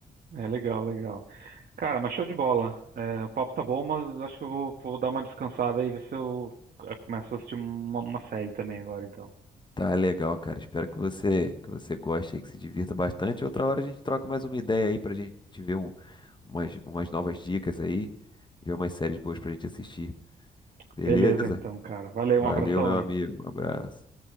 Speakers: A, on the right; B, on the left.
A: É legal, legal. Cara, mas show de bola. É, o papo tá bom, mas acho que eu vou, vou dar uma descansada e ver se eu eh, começo a assistir uma, uma série também agora, então.
B: Tá legal, cara. Espero que você que você goste aí, que se divirta bastante. Outra hora a gente troca mais uma ideia aí pra gente ver um- umas, umas novas dicas aí, ver umas séries boas pra gente assistir. Beleza?
A: Beleza, então, cara. Valeu,
B: Valeu,
A: um abração
B: meu
A: aí.
B: amigo. Um abraço.